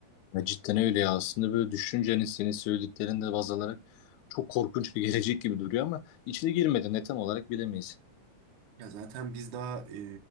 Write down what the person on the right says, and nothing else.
Ya zaten biz daha e,